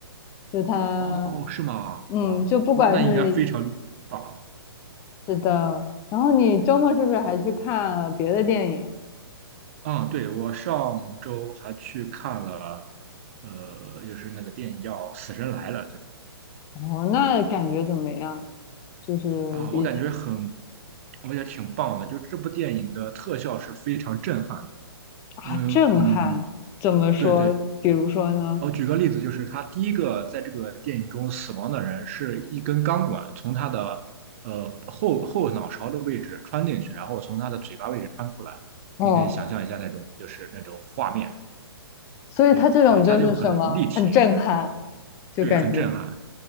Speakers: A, on the left (about 20°); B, on the right (about 30°).
A: 就他。
B: 哦，是吗？
A: 嗯，
B: 哇，
A: 就不管是
B: 那那应该非常棒
A: 是的，然后你周末是不是还去看了别的电影？
B: 啊！对，我上周还去看了，呃，就是那个电影叫《死神来了》，对
A: 哦，那感觉怎么样？就是比起
B: 啊，我感觉很，我觉得挺棒的，就这部电影的特效是非常震撼的，
A: 啊，
B: 因为嗯，
A: 震撼，怎么说？
B: 对对。
A: 比如说呢？
B: 我举个例子，就是他第一个在这个电影中死亡的人，是一根钢管从他的呃后后脑勺的位置穿进去，然后从他的嘴巴位置穿出来。
A: 哦，
B: 你可以想象一下那种就是那种画面，
A: 所以它这种就是什么，
B: 对对，他就很立体，
A: 很震撼，就感觉
B: 对，很震撼。